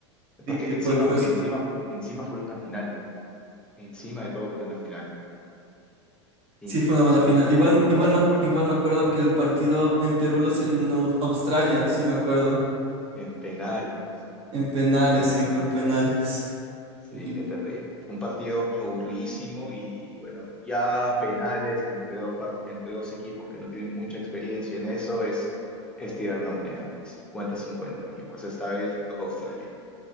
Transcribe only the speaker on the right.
Sí,
fue, fue, su-
sí, fue una buena
final. Igual, igual, me, ac- igual me acuerdo que el partido en Perú los eliminó Australia, sí me acuerdo.
En penales,
sí, fue en penales.
Y-